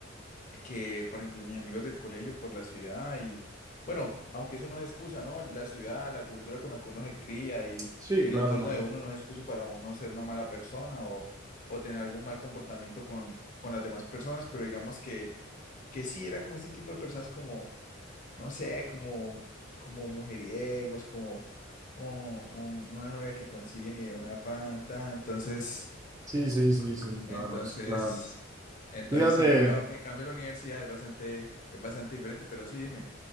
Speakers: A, on the left; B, on the right.
A: que, por ejemplo, mis amigos del colegio por la ciudad y, bueno, aunque eso no es excusa, ¿no? La ciudad, la cultura con la que uno se cría y,
B: sí,
A: y el
B: claro,
A: entorno
B: no.
A: de uno no es excusa para uno ser una mala persona o, o tener algún mal comportamiento con, con las demás personas, pero digamos que, que sí, era como este tipo de personas como, no sé, como, como mujeriegos, como... o un- una novia que consiguen y de una panta, entonces
B: Sí, sí, sí, sí,
A: entonces,
B: claro, sí, claro.
A: entonces
B: Fíjate,
A: sí, pero en cambio la universidad es bastante, es bastante diferente, pero sí, dime.